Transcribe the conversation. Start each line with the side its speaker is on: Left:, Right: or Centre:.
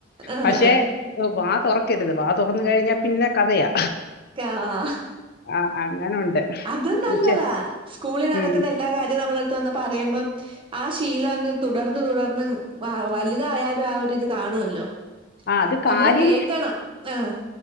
Right: ആഹ്
Left: പക്ഷെ- ഓള് വാ തൊറക്കരുത് വാ തൊറന്ന് കഴിഞ്ഞാ പിന്നെ കഥയാ
Right: ആഹ്
Left: ആ, അങ്ങനുണ്ട്
Right: അതും നല്ലതാ
Left: പക്ഷെ
Right: സ്കൂളിൽ നടക്കുന്ന
Left: ഉം
Right: എല്ലാ കാര്യവും നമ്മളെ അടുത്ത് വന്ന് പറയുമ്പം- ആ ശീലം അങ്ങ് തുടർന്ന് തുടർന്ന് വലുതായാലും ആ ഒരുരിത് കാണുമല്ലോ
Left: ആ അത്
Right: നമ്മള്
Left: കാര്യം
Right: കേക്കണം ആഹ്